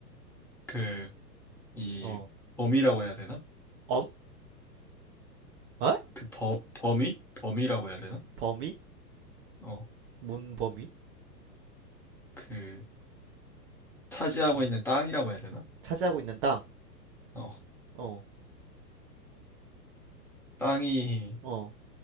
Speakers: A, in the centre; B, on the right.
A: 그, 이
B: 어,
A: 범위라고 해야 되나?
B: 엄? 어?
A: 그 범, 범위? 범위라고 해야 되나?
B: 범위?
A: 어,
B: 뭔 범위?
A: 그 차지하고
B: 무슨,
A: 있는 땅이라고 해야 되나?
B: 차지하고 있는 땅?
A: 어,
B: 어,
A: 땅이
B: 어,